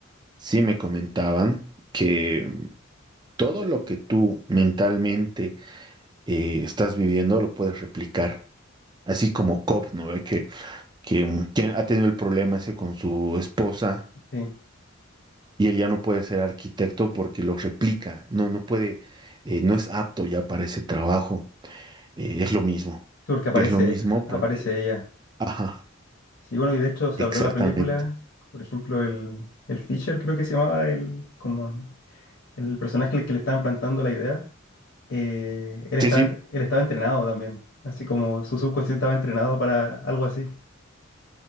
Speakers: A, on the right (about 20°); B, on the left (about 65°).
A: sí me comentaban que todo lo que tú mentalmente eh, estás viviendo lo puedes replicar. Así como Cobb, ¿no? Ve Que, que, mm, que ha tenido el problema ese con su esposa
B: Sí, Sí,
A: y él ya no puede ser arquitecto porque lo replica, no, no puede, eh, no es apto ya para ese trabajo. Eh, es lo mismo.
B: porque aparece,
A: Es lo mismo
B: aparece
A: porque,
B: ella.
A: ajá,
B: Sí, bueno, y de hecho se
A: exactamente.
B: habló en la película, por ejemplo, el, el Fisher creo que se llamaba, el, como el personaje al que le estaban plantando la idea, eh, él
A: Sí,
B: estaba,
A: sí,
B: ent- él estaba entrenado también, así como su subconsciente estaba entrenado para algo así.